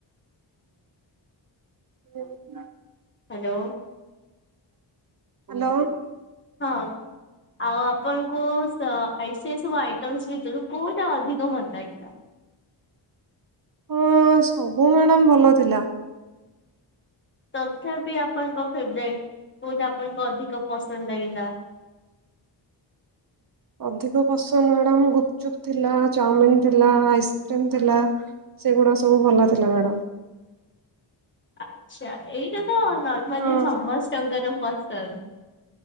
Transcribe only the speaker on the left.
ହାଲୋ।
ହଁଅଁ ଆଉ ଆପଣଙ୍କୁ ଆଇ ସବୁ ଆଇଟମ୍ ଭିତରୁ କୋଉଟା ଅଧିକ ଭଲ ଲାଗିଲା?
ତଥାପି ଆପଣଙ୍କ ଫେବରାଇଟ କୋଉଟା ଆପଣଙ୍କୁ ଅଧିକ ପସନ୍ଦ ଲାଗିଲା?
ଆଛା, ଏଇଟା ତ ନର୍ମାଲି
ସମସ୍ତଙ୍କର ପସନ୍ଦ,